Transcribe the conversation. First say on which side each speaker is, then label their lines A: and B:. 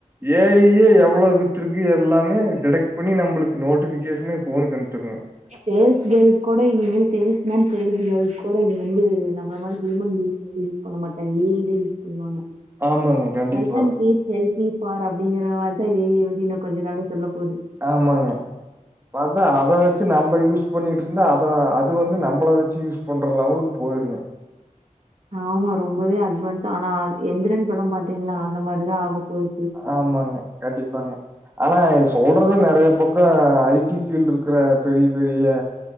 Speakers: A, on the right; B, on the right.
A: ஏயி எவ்வளவு வித்துருக்கு எல்லாமே டிடெக்ட் பண்ணி நம்மளுக்கு நோட்டிபிகேஷல போனுகு அனுப் செரிங்ங
B: சேல்ஸ் கேல்ஸ் கூட இனிமேல் சேல்ஸ் மேன் சேல்ஸ் கேல் கூட இனி வந்து நம்மள மாரி ஹியூமன் பீயிங் பண்ண மாட்டாங்கே ஏ ஐ தா யூஸ் பண்ணுவாங்க
A: ஆமாங்க கண்டிப்பா.
B: ஐ Can please help me for அப்படிங்கற மாரிதா ஏ ஐ வந்து இன்னு கொஞ்ச நாள்ல சொல்ல போது
A: ஆமாங்க பாத்தா அத வெச்சு நம்ப யூஸ் பண்ணிட்டுருந்தா அத அது வந்து நம்பள வெச்சு யூஸ் பண்ற லெவலுக்கு போயிருங்க
B: ஆமா ரொம்பவே அட்வான்ஸ் ஆனா எந்திரன் படம் பாத்தீங்களா அந்த மாரிதா ஆகப்போது
A: ஆமாங்க கண்டிப்பாங்க ஆனா சொல்றது நெறைய பக்ககோ ஐ டி பஃபீல்டு ருக்கிற பெரிய பெரிய